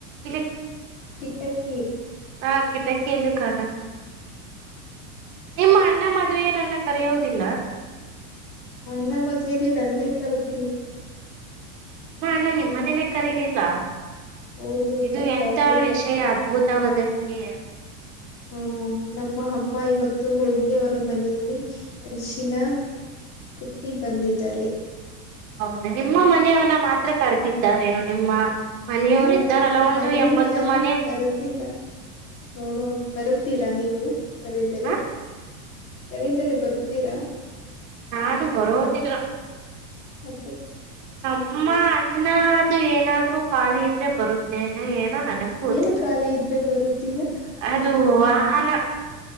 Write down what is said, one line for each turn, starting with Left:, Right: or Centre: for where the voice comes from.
Right: ಇಲ್ಲಿ
Left: ಕಿಟ್ಟಕ್ಕ
Right: ಹಾಕಟ ಕೆಲಿ ಕಾಣಸ ನಿಮ್ಮ ಅಣ್ಣ ಮದುವೆನನ್ನ ಕರೆಯೋದಿಲ್ಲ
Left: ನನ್ನ ಮದ್ುವೆಗೆ ನನ್ನೇ ಕರ್ತಿಲ್ಲ
Right: ಹ ಅಣ್ಣ ನಿಮ್ ಮನೇನೆೇ ಕರೀಲಿಲ್ಲ
Left: ಹೌದು ಇನ್ನೂ
Right: ಇದು ಎಂತ
Left: ಕರೆದಿಲ್ಲ
Right: ವಿಷಯ ಅದ್ಭುತವಾದ ವಿಷಯ
Left: ಹ್ಮ ನಮ್ಮ ಅಮ್ಮ ಇವತ್ತು ಹೋಗಿ ಅವರ ಮನೆಯಲ್ಲಿ ಅರಿಶಿನ ಕುಟ್ಟಿ ಬಂದಿದರೆ
Right: ಹೌದಾ ನಿಮ್ಮ ಮನೆಯವನ್ನ ಮಾತ್ರ ಕರೆತಿದ್ದಾರೇನು ನಿಮ್ಮ ಮನೆಯವರು
Left: ಇನ್ನು
Right: ಇದ್ದಾರಲ್ಲ ಒಂದು
Left: ಮನೆಯಲ್ಲಿ
Right: ಎಂಬತ್ತು
Left: ಯಾರು
Right: ಮನೆ
Left: ಬರುದಿಲ್ಲ ನೋಡೋ ಬರು ತ್ತೀರಾ ನೀವು ಕರೀತರೆ
Right: ಹ
Left: ಯರತರೆ ಬರ್ತೀರಾ
Right: ನಾನು ಬರೋದಿಲ್ಲ
Left: ಎತ್ತಕ್ಕೆ
Right: ಅಮ್ಮ ಅಣ್ಣ ಅದು ಏನಾದ್ರೂ ಖಾಲಿ ಇದ್ರೆ ಬರುತ್ತೇನೆ ಏ ನಮ್ಗೆ ಗೊತ್ತಿಲ್ಲ
Left: ಏನು ಖಾಲಿ ಇದ್ರೆ ಬರುತ್ತೀರಾ
Right: ಅದು ಆಹನ